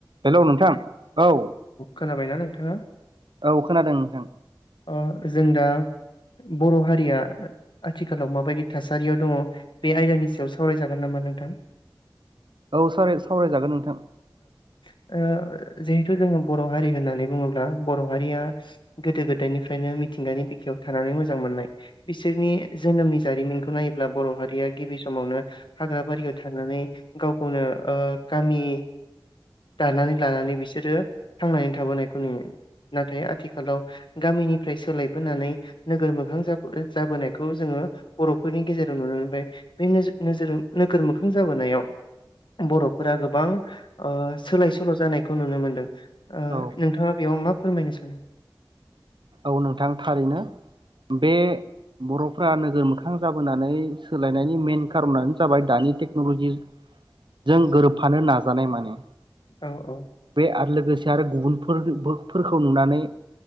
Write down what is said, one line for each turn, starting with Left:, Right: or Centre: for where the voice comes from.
Right: Hello नोंथां औ
Left: खोनाबायना नोंथाङा
Right: औ खोनादों नोंथां
Left: ओ जों दा बर'हारिया आथिखालाव माबायदि थासारियाव दंङ बे आयदानि सायाव सावरायजागोन नामा नोंथां।
Right: औ सावराय-सावरायजागोन नों
Left: औ ओ जिहेथु जोंङो बर'हारि होननानै बुङोब्ला बर'हारिया गोदो गोदायनिफ्रायनो मिथिंगानि बिखायाव थानानै मोजां मोननाय बिसोरनि जोनोमनि जारिमिनखौ नायोब्ला बर'हरिया गिबि समावनो हाग्रा बारियाव थानानै गाव-गावनो ओ गामि दानानै लानानै बिसोरो थांनानै थाबोनायखौ नुयो नाथाय आथिखालाव गामिनिफ्राय सोलायबोनानै नोगोर मोखां जाबोनायखौ जोंङो बर'फोरनि गेजेराव नुनो मोनबाय बे नोजोर नोगोर मोखां जाबोनायाव बर'फोरा गोबां ओ सोलाय सोल' जानायखौ नुनो मोनदों
Right: औ
Left: नोंथाङा बेयाव मा फोरमायनो सान
Right: नंगौ नोंथां थारैनो बे बर'फ्रा नोगोर मोखां जाबोनानै सोलायनायनि मेन कारनानो जाबाय दानि टेक्नलजिजों गोरोबफानो नाजानाय माने
Left: औ औ
Right: बे आरो लोगोसे आरो गुबुनफोरबो फोरखौ नुनानै